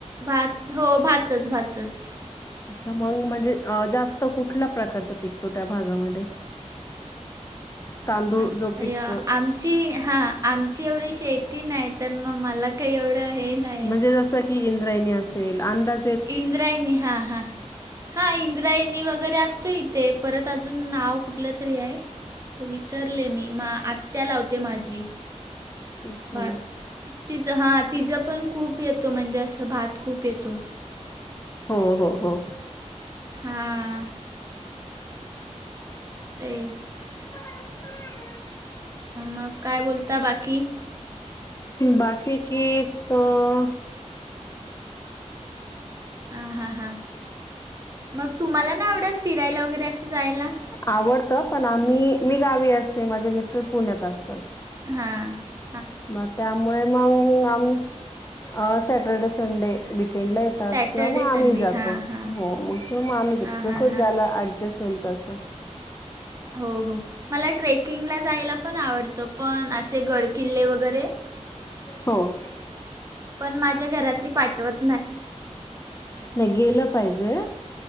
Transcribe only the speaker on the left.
अच्छा मग म्हणजे अ जास्त कुठल्या प्रकारचा पिकतो त्या भागामध्ये <unintelligible> <unintelligible> तांदूळ
जो पिकतो
म्हणजे जसं की इंद्रायणी असेल अंदाज <unintelligible>
अच्छा
हो हो हो <unintelligible>
<unintelligible>
बाकी ठीक हो <unintelligible>
आवडत. पण आम्ही मी गावी असते माझे मिस्टर पुण्यात असतात. <unintelligible>
मग त्यामुळे मग सॅटर्डे संडे वीक <unintelligible> खेड ला येतात.
किंवा मग
आम्ही जातो
हो मग तो माणूस
खुश
झाला <unintelligible> वेलत अस <unintelligible> <unintelligible>
हो <unintelligible>
नाही गेलं पाहिजे